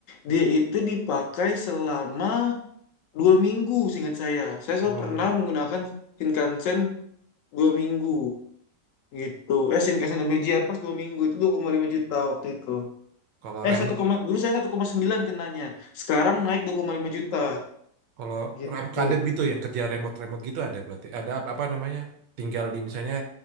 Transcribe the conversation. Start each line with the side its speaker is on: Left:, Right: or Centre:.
Left: dia itu dipakai selama dua minggu seingat saya. Saya soal
Right: Oh,
Left: pernah menggunakan Shinkansen dua minggu. gitu eh Shinkansen dan BJR pas dua minggu itu dua koma lima juta waktu itu
Right: kalau
Left: eh
Right: remote,
Left: 1, dulu saya satu koma sembilan kenanya sekarang naik dua koma lima juta
Right: kalau
Left: gitu
Right: rem kadep gitu yang kerja remote-remote gitu ada berarti. Ada apa, apa namanya? Tinggal di misalnya